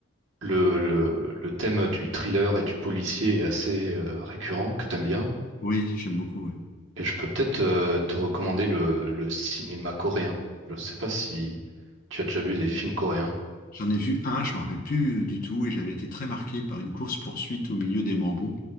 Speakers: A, on the right; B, on the left.
A: le, le, le thème du thriller et du policier est assez euh, récurrent, que t'aimes bien.
B: Oui, j'aime beaucoup. ouais.
A: Et je peux peut-être euh, te recommander le, le cinéma coréen. Je sais pas si tu as déjà vu des films coréens.
B: J'en ai vu un, je me rappelle plus euh, du tout, et j'avais été très marqué par une course-poursuite au milieu des bambous.